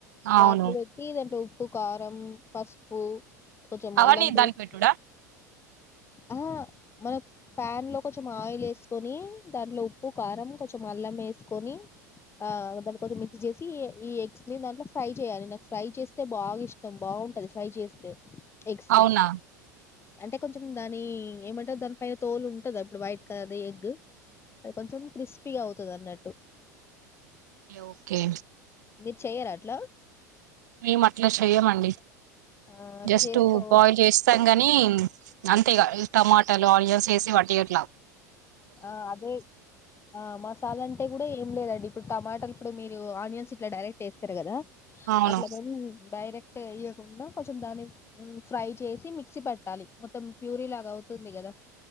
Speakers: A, on the right; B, on the left.
A: అవును
B: ఘాట్లో పెట్టి దాంట్లో ఉ ఉప్పు కారం పసుపు కొంచెం
A: అవన్నీ
B: అల్లం పేస్ట్
A: దానికి పెట్టుడా
B: ఆ మనం ప్యాన్ లో కొంచెం ఆయిల్ వేసు ని దాంట్లో ఉప్పు కారం కొంచెం అల్లం వేసుకొని ఆ దన్ కొదిమీ చేసి ఈ ఎగ్స్ ని దాంట్లో ఫ్రై చేయాలి నాకు ఫ్రై చేస్తే బాగా ఇష్టం బాగుంటంది ఫ్రై చేస్తే ఎగ్స్
A: అవునా
B: ని అంటే కొంచెం దాని ఏమంటారు దాని పైన తోలు ఉంటద ఇప్పుడు వైట్ కద ఆది ఎగ్ కొంచం క్రిస్ స్పీగ అవుతది అన్నట్టు
A: లోకే
B: మీర్ చెయ్యర అట్లా
A: మేం అట్ల చెయ్యమండి
B: ఆ అట్లా
A: జస్ట్
B: చేసుకోవా
A: బాయిల్ చేస్తాం గనీ అంతే ఇగ టమాటలు ఆనియన్స్ వేసి వట్టిగట్ల
B: ఆ అదే ఆ మసాలా అంటే కూడ ఏం లేదండి ఇప్పుడు టమాటలు ఇప్పుడు మీ మీరు ఆనియన్స్ ఇట్ డైరెక్ట్ ఎస్తరు కదా
A: అవును
B: అట్ల గనీ డైరేక్ ట్ట వేయకుండ కొంచెం దాన్ని ఫ్రై చేసి మిక్సీ పట్టాలి మొత్తం ప్యూరీ లాగ అవుతుంది కదా